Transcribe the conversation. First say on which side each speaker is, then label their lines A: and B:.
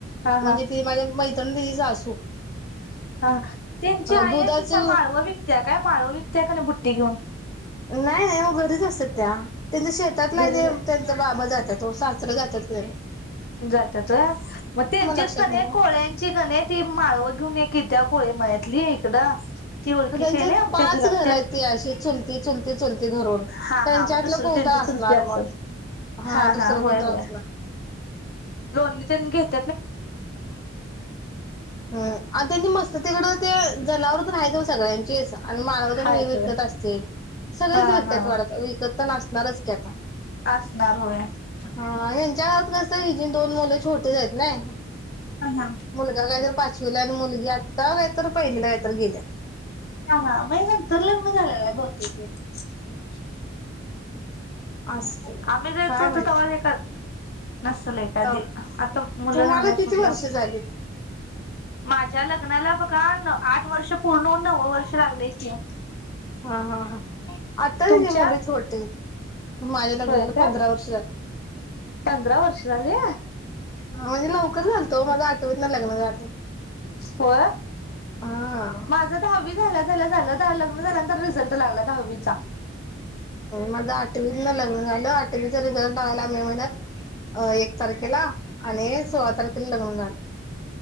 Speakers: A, on the left; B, on the left.
A: हा
B: म्हणजे
A: हा
B: ती माझी मै दि सासु.
A: <unintelligible> हा त्यांची आई
B: दुधाचे
A: अशी माळव विकत्या काय माळव विकत्या का नाही बुट्टी घेऊन
B: नाही नाही म घरीच असत त्या त्यांच्या शेतात नाही
A: घरी
B: ते त्यांचा बाबा जात तो सासर जातात ते.
A: जातात व्हय त्यांचीच
B: लक्षात
A: कणी
B: नाही
A: कोळ्यांची कणी ती माळव घेऊन एक की त्या कोळे मयातली इकडं ती ओळखीची
B: त्यांचे
A: आहे ना आमच्या
B: पाच
A: घरात
B: घर
A: त्यां
B: आहेत ती अशी चुलती चुलती चुलती धरून त्यांच्यातलं
A: हा हा मग दुसर
B: कोणत
A: त्यांच्या
B: असणार
A: चुलते असेल.
B: मग
A: हा
B: दुसरं
A: हा होय
B: कोणत
A: होय
B: असणार
A: लोननी त्यांनी घेत
B: हा त्यां मस्त तिकड ते जनावर तर राहतेऊ सगळ्यांची सा आणि मानवदन
A: हायत
B: विकत
A: होय.
B: असतील सगळेच
A: हा
B: व्यिकतत
A: हा
B: वाढत विकत तर नसणारच की आता
A: असणार होय हा
B: हा हच्या गावात कस दोन मु छोट आहेत नाही
A: हा
B: मुलगा काय तर पाचवीला आणि मुलगी आता काय तर पहिलेल्यात काय तर गेल्या
A: हा हा मग नंतर लग्न झालेलं दोन तीन <unintelligible>
B: असं
A: आम्ही ज येतो
B: काय
A: होतो
B: माहित
A: तवा <unintelligible> असल एखादी
B: तवा
A: आता मुलं
B: तुम्हाला
A: राहणार
B: किती
A: म्हटलं.
B: वर्ष झाली
A: माझ्या लग्नाला बघा आठ वर्ष पूर्ण नऊव वर्ष लागलय की
B: हा हा हा आता
A: तुमच्या
B: ते मुले छोटे माझ्या लग्नाला
A: होय काय
B: पंधरा वर्ष झाले
A: पंधरा वर्ष झाले.
B: हा म्हणजे लवकर झालतो माझ आठवीतन लग्न झालं.
A: हो
B: हा
A: माझा दहावी झाला लग्न झालं लग्न झाल्यानंतर रिझल्ट लागला दहावीचा.
B: माझं आठवीत लग्न झालं आठवीचा रिझल्ट आला मे महिन्यात एक तारखेला आणि सोळा तारखेला लग्न झाल.